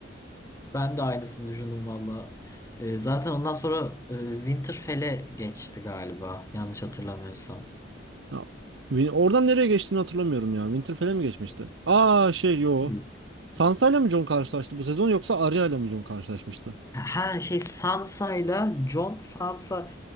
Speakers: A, on the left; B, on the right.
A: Ben de aynısını düşündüm valla. Ee, zaten ondan sonra e, Winterfell'e geçti galiba. Yanlış hatırlamıyorsam.
B: Ya, Win- oradan nereye geçtiğini hatırlamıyorum ya. Winterfell'e mi geçmişti? Aa şey yo.
A: Hı.
B: Sansa ile mi Jon karşılaştı bu sezon yoksa Arya ile mi Jon karşılaşmıştı?
A: Ha şey Sansa'yla Jon Sansa